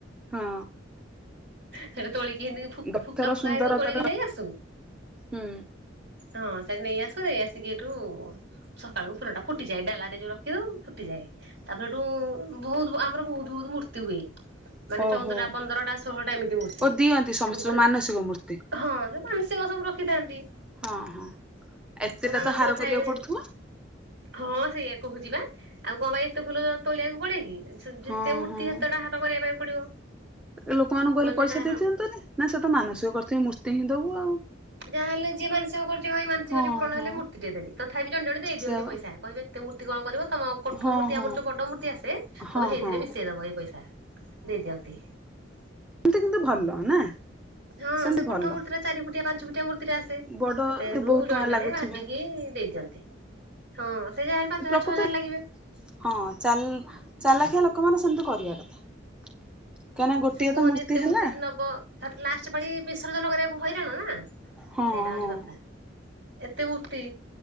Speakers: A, in the centre; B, on the right.
A: ହଁ।
B: ସେଟା ତୋଳିକି ହେନ୍ତି ଫୁ
A: ଗଛର
B: ଫୁକା ଫୁକା
A: ସୁନ୍ଦରତାଟା
B: ହେଇଥିବ ତୋଳିକି ନେଇ ଆସୁ।
A: ହୁଁ
B: ହଁ ସେ ନେଇ ଆସୁ ନେଇ ଆସିକି ଏଠୁ ସକାଳୁ ଫୁଲଟା ଫୁଟିଯାଏ ଡାଲରେ ଯୋଉ ରଖିଦଉ ଫୁଟିଯାଏ। ତାପରେ ସେଠୁ ବୋହୁତ ଆମର ବୋହୁତ ବୋହୁତ ମୂର୍ତ୍ତି ହୁଏ। ମାନେ ଚଉଦଟା
A: ଓହୋ
B: ପନ୍ଦରଟା ଷୋହଳଟା ଏମିତି ହୁଏ ମୂର୍ତ୍ତି
A: ଓ
B: ସେଠୁ
A: ଦିଅନ୍ତି ସମସ୍ତେ ଯୋଉ ମାନସିକ ମୂର୍ତ୍ତି
B: ହଁ ଯୋଉ ମାନସିକ ସବୁ ରଖିଥାନ୍ତି।
A: ହଁ ହଁ ଏତେଟା
B: ସବୁ ମାନସିକ
A: ତ ହାର
B: ଥାଏ।
A: କରିବାକୁ ପଡୁଥିବ?
B: ହଁ ସେଇଆ କହୁବା ଆଉ କଣ ପାଇଁ ଏତେ ଫୁଲ ତୋଳିବାକୁ ପଡେ କିି ଯେତେ
A: ହଁ
B: ମୂର୍ତ୍ତି
A: ହଁ।
B: ସେତଟା ହାତ କରିବା ପାଇଁ ପଡିବ।
A: ଲୋକମାନଙ୍କୁ କହିଲେ
B: ଗଜରା
A: ପଇସା
B: ହାର
A: ଦେଇ ଦିଅନ୍ତନି ନା ସେ ତ ମାନସିକ କରିଥି ମୂର୍ତ୍ତି ହିଁ ଦବୁ ଆଉ।
B: ଯାହା ହେଲେ ଯିଏ ମାନସ କରୁଛି ଭାଇ ମସିକ
A: ହଁ
B: ପୁରଣଲେ
A: ହଁ
B: ମର୍ତ୍ତି ଟେ ଦେି ତଥାପି ଜେ ଜଣ ଦେଇଦିଅନ୍ତି
A: ସେୟା ବା
B: ପଇସା। କହିବେ ଏତେ ମୂର୍ତ୍ତି କଣିବ ତମ କୋଠ
A: ହଁ
B: ମୂର୍ତ୍ତି
A: ହଁ
B: ଆମର ଯୋଉ ବଡ ମୂର୍ତ୍ତି ଆସେ କହିବେ
A: ହଁ
B: ହେଇଥିରେ
A: ହଁ।
B: ମିଶେଇଦବ ହେଇପଇସା। ଦେଇ ଦିଅନ୍ତି।
A: ଏମିତି କିନ୍ତୁ ଭଲ ନା।
B: ହଁ
A: ସେମିତି
B: ସେ କୋଠ
A: ଭଲ।
B: ମୂତ୍ତିରେ ଚାରିଫୁଟିଆ ପାଞ୍ଚୁଫୁଟିଆ ମୂର୍ତ୍ତି ଟା ଆସେ
A: ବଡ
B: ସେଠୁ
A: ବହୁତ ଟଙ୍କା
B: ଜଣେ ଜଣେ
A: ଲାଗୁଥିବେ
B: ଭାବିକି ଦେଇଦିଅନ୍ତି। ହଁ ସେ ଯା ହେଲେ ପାଞ୍ଚ
A: ପ୍ରକୃତରେ
B: ହଜାର ଛଅ ହଜାର ଲାଗିବେ।
A: ହଁ ଚା ଚାଲାଖିଆ ଲୋକମାନେ ସେମିତି କରିବା କଥା। କାହିଁ ନା ଗୋଟିଏ
B: ସେ କୁହନ୍ତି
A: ତ ମୂର୍ତ୍ତି
B: ଏତେ
A: ହେଲା।
B: ନବ ଲାଷ୍ଟ ପାଳି ବିସର୍ଜନ କରିବାକୁ ହଇରାଣ ନା। ସେଇଟା
A: ହଁ
B: ହଉଛି
A: ହଁ।
B: କଥା। ଏତେ ମୂର୍ତ୍ତି